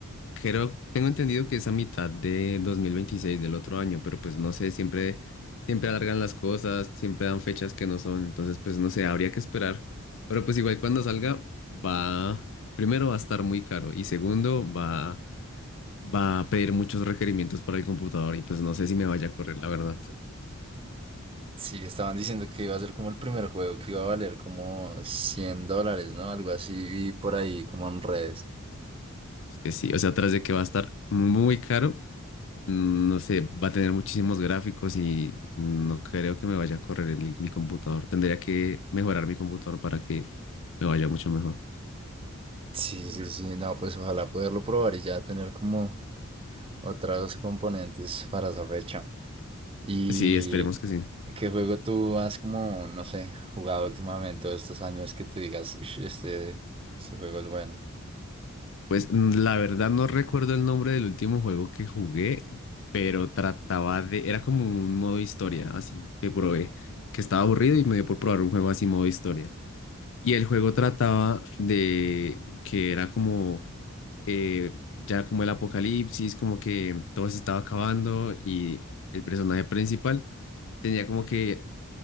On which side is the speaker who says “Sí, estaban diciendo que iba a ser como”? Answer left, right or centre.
Right